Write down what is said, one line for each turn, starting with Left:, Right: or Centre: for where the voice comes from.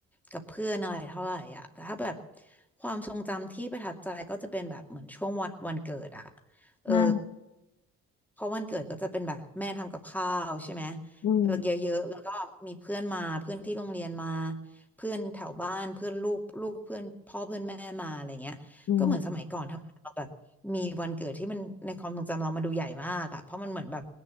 Centre: กับเพื่อนอะไรเท่าไหร่อ่ะแต่ถ้าแบบความทรงจำที่ประทับใจก็จะเป็นแบบเหมือนช่วงวันวันเกิดอ่ะเออ
Left: อ่า
Centre: เพราะวันเกิดก็จะเป็นแบบแม่ทำกับข้าวใช่ไหม
Left: อืม
Centre: เยอะๆแล้วก็มีเพื่อนมาเพื่อนที่โรงเรียนมา เพื่อนแถวบ้านเพื่อนลูกลูกเพื่อนพ่อเพื่อนแม่มาอะไรเงี้ยก็เหมือนสมัยก่อนทำเราแบบมีวันเกิดที่มันในความทรงจำเรามันดูใหญ่มากอะเพราะมันเหมือนแบบ
Left: อืม